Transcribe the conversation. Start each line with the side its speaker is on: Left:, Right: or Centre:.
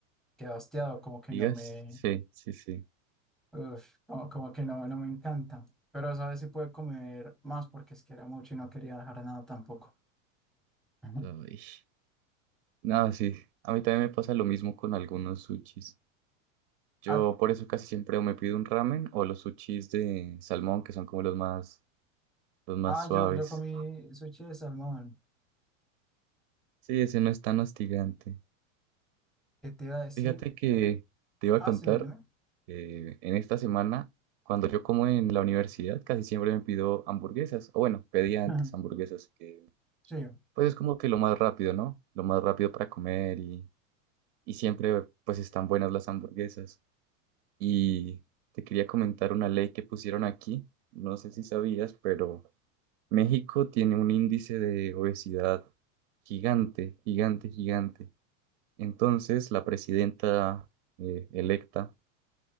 Centre: quedo hastiado, como que
Right: ¿Digas?
Centre: no me,
Right: Sí, sí, sí.
Centre: uf, como, como que no, no me encanta. Pero sabes si puede comer más porque es que era mucho y no quería dejar nada tampoco. <laughs>
Right: Ay. Nada, sí. A mí también me pasa lo mismo con algunos sushis. Yo
Centre: ¿A
Right: por eso casi siempre o me pido un ramen o los sushis de salmón, que son como los más, los más
Centre: Ah,
Right: suaves.
Centre: yo, yo comí sushi de salmón.
Right: Sí, ese no es tan hostigante.
Centre: ¿Qué te iba a decir?
Right: Fíjate que te iba
Centre: Ah,
Right: a contar
Centre: sí, dime.
Right: que en esta semana, cuando yo como en la universidad, casi siempre me pido hamburguesas. O bueno, pedía antes
Centre: <laughs>
Right: hamburguesas, que
Centre: Sí.
Right: pues es como que lo más rápido, ¿no? Lo más rápido para comer y, y siempre pues están buenas las hamburguesas. Y te quería comentar una ley que pusieron aquí. No sé si sabías, pero México tiene un índice de obesidad gigante, gigante, gigante. Entonces, la presidenta eh, electa